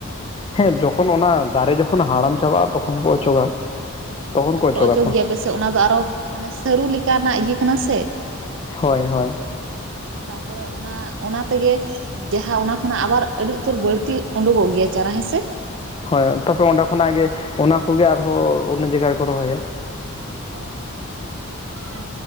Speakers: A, on the left; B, on the right.
A: ᱦᱮᱸ ᱡᱚᱠᱷᱚᱱ ᱚᱱᱟ ᱫᱟᱨᱮ ᱡᱚᱠᱷᱚᱱ ᱦᱟᱲᱟᱢ ᱪᱟᱵᱟᱜᱼᱟ ᱛᱚᱠᱷᱚᱱ ᱠᱚ
B: ᱦᱮᱸ
A: ᱚᱪᱚᱜᱟ ᱛᱚᱠᱷᱚᱱ
B: ᱛᱟᱯᱚᱨᱮ
A: ᱠᱚ ᱚᱪᱚᱜᱟ
B: ᱚᱪᱚᱜ
A: ᱛᱚ᱾
B: ᱜᱮᱭᱟ ᱯᱮᱥᱮ ᱚᱱᱟ ᱫᱚ ᱟᱨᱚ ᱢᱟᱱᱮ ᱥᱟᱹᱨᱩ ᱞᱮᱠᱟᱱᱟᱜ ᱤᱭᱟᱹ ᱠᱟᱱᱟ ᱥᱮ
A: ᱦᱳᱭ ᱦᱳᱭ
B: ᱛᱟᱯᱚᱨᱮ ᱚᱱᱟ ᱚᱱᱟ ᱛᱮᱜᱮ ᱡᱟᱦᱟᱸ ᱚᱱᱟ ᱠᱷᱚᱱᱟᱜ ᱟᱵᱟᱨ ᱟᱹᱰᱤ ᱩᱛᱟᱹᱨ ᱵᱟᱹᱲᱛᱤ ᱩᱰᱩᱠᱚᱜ ᱜᱮᱭᱟ ᱪᱟᱨᱟ ᱦᱮᱸᱥᱮ?
A: ᱦᱳᱭ ᱛᱟᱨᱯᱚᱨᱮ ᱚᱸᱰᱮ ᱠᱷᱚᱱᱟᱜ ᱜᱮ ᱚᱱᱟ ᱠᱚᱜᱮ ᱟᱨᱦᱚᱸ ᱚᱱᱚ ᱡᱟᱭᱜᱟ ᱨᱮᱠᱚ ᱨᱚᱦᱚᱭᱟ᱾
B: ᱚ ᱚᱱ